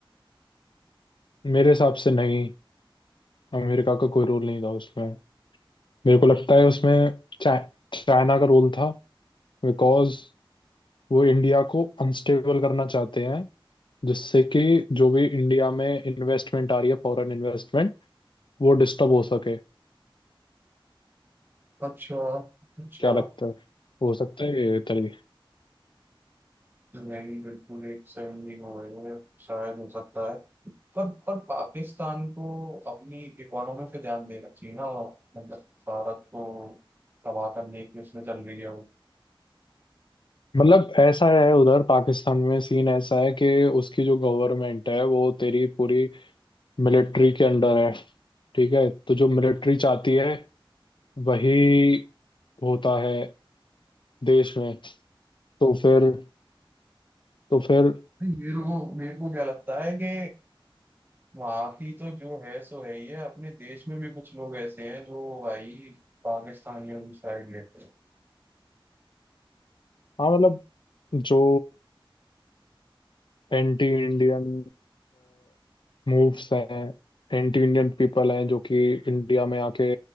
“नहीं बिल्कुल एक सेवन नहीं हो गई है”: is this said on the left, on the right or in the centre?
Right